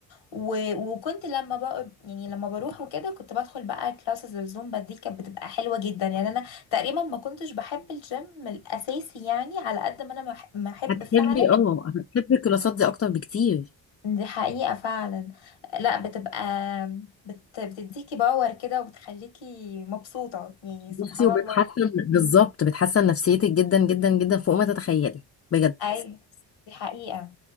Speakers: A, on the left; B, on the left.
A: و... وكنت لما بقى يعني لما بروح وكده كنت بدخل بقى كلاسز الزومبا دي كانت بتبقى حلوة جدا يعني انا تقريبا ما كنتش بحب الجيم الاساسي يعني على قد ما انا مح- ما احب
B: هتحبي
A: فعلا
B: اه هتحبي الكلاسات دي اكتر بكتير
A: دي حقيقة فعلا لا بتبقى بت... بتديكي باور كده وبتخليكي مبسوطة يعني
B: بصي
A: سبحان
B: وبتحسن
A: الله
B: بالظبط بتحسن نفسيتك جدا جدا جدا فوق ما تتخيلي بجد
A: ايوه دي حقيقة